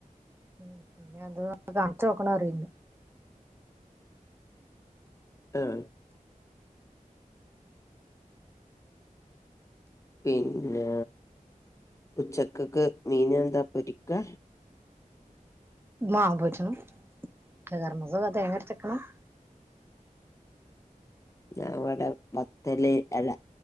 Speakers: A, on the right; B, on the left.
A: ഉം പിന്നെ എന്ത കാണിച്ചു നോക്കണം റിണ്ട്
B: ങ് പിന്നെ ഉച്ചക്കക്ക് മീനെന്താ പൊരിക്കാ
A: ആ പോരിച്ചണം <unintelligible> തേങ്ങ അരച്ചെക്കണം
B: ഇവിടെ വത്തല് അല്ല